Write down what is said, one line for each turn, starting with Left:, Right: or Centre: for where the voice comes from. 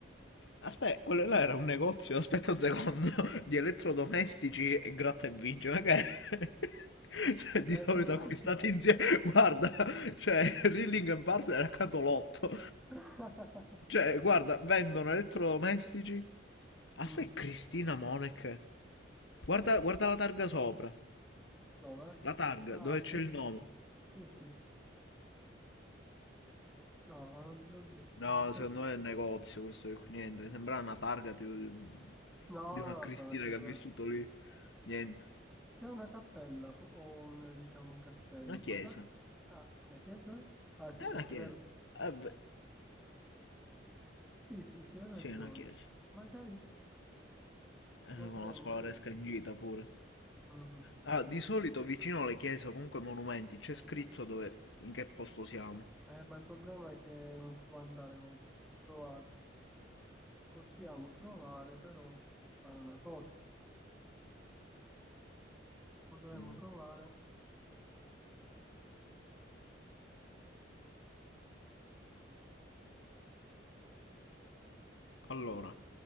Left: Aspetta, quello là era un negozio, <laughs> aspetta un secondo, <laughs> di elettrodomestici e gratta e vince, ma che... <laughs> è? Cioè, Di
Centre: Eh,
Left: solito
Centre: te lo dai?
Left: acquistati insieme, guarda, cioè Rilling and Partner era accanto l'otto.
Centre: <laughs>
Left: Cioè, guarda, vendono elettrodomestici. Aspetta,
Centre: Mm,
Left: Cristina Monek. Guarda, guarda la targa sopra.
Centre: Dove?
Left: La targa,
Centre: Ah,
Left: dove
Centre: sì,
Left: c'è il
Centre: sì,
Left: nome.
Centre: sì. Sì, sì, sì. No, ma non ti so dire.
Left: No,
Centre: Addirittura-
Left: secondo me è il negozio questo qui. Niente, sembra una targa tipo di, un-
Centre: No,
Left: di
Centre: no,
Left: una
Centre: no,
Left: Cristina
Centre: sarà sicuramente.
Left: che ha vissuto lì. Niente.
Centre: C'è una cappella po- o un, diciamo, un castello.
Left: Una
Centre: Può
Left: chiesa.
Centre: darsi... Ah, una chiesa? Ah, sì,
Left: È una
Centre: perché
Left: chiesa.
Centre: è vero.
Left: Eh beh,
Centre: Sì, sì, sì, hai ragione.
Left: sì, è una chiesa.
Centre: Magari
Left: Eh, con
Centre: potremmo...
Left: una scolaresca
Centre: eh,
Left: in gita pure.
Centre: mm.
Left: Ah, di solito vicino alle chiese o comunque ai monumenti c'è scritto dove, in che posto siamo.
Centre: Eh, ma il problema è che non si può andare oltre. Ci ho provato. Possiamo provare, però, fare una cosa. Potremmo
Left: Mm.
Centre: provare...
Left: Allora,